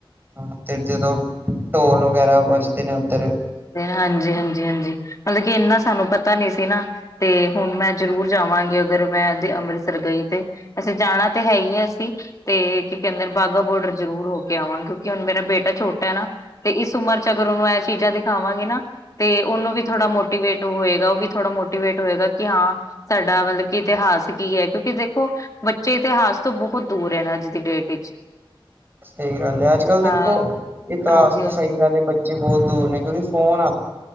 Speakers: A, on the right; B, on the left.
A: ਹਾ ਤੇ ਜਦੋਂ ਢੋਲ ਵਗੈਰਾ ਵੱਜਦੇ ਨੇ ਉੱਧਰ
B: ਹਾਂਜੀ-ਹਾਂਜੀ-ਹਾਂਜੀ, ਮਤਲਬ ਕਿ ਇੰਨਾ ਸਾਨੂੰ ਪਤਾ ਨੀ ਸੀ ਨਾ। ਤੇ ਹੁਣ ਮੈਂ ਜ਼ਰੂਰ ਜਾਵਾਂਗੀ ਅਗਰ ਮੈਂ ਤੇ ਅੰਮ੍ਰਿਤਸਰ ਗਈ ਤੇ। ਅਸੀ ਜਾਣਾ ਤਾਂ ਹੈ ਹੀ ਹੈ ਅਸੀਂ ਤੇ ਕੀ ਕਹਿੰਦੇ ਬਾਗਾ ਬੋਡਰ ਜ਼ਰੂਰ ਹੋ ਕੇ ਆਵਾਂਗੇ। ਕਿ ਹੁਣ ਮੇਰਾ ਬੇਟਾ ਛੋਟਾ ਹੈ ਨਾ ਤੇ ਇਸ ਉਮਰ ਚ ਅਗਰ ਉਹਨੂੰ ਇਹ ਚੀਜ਼ਾਂ ਦਿਖਾਵਾਂਗੇ ਨਾ ਤੇ ਉਹਨੂੰ ਵੀ ਥੋੜਾ ਮੋਟੀਵੇਟ ਹੋਏਗਾ, ਉਹ ਵੀ ਥੋੜਾ ਮੋਟੀਵੇਟ ਹੋਏਗਾ ਕਿ ਹਾਂ ਸਾਡਾ ਮਤਲਬ ਕਿ ਇਤਿਹਾਸ ਕੀ ਏ ਕਿਉਂਕਿ ਦੇਖੋ ਬੱਚੇ ਇਤਿਹਾਸ ਤੋਂ ਬਹੁਤ ਦੂਰ ਏ ਨਾ ਅੱਜ ਦੀ ਡੇਟ ਵਿੱਚ
A: ਸਹੀ ਗੱਲ ਏ, ਅੱਜ-ਕੱਲ ਦੇਖੋ
B: ਹਾਂ
A: ਇਤਿਹਾਸ
B: ਹਾਂਜੀ
A: ਤੋਂ
B: ਹਾਂਜੀ
A: ਸਹੀ ਗੱਲ ਏ ਬੱਚੇ ਬਹੁਤ ਦੂਰ ਨੇ ਕਿਉਂਕਿ ਫੋਨ ਹਾਥ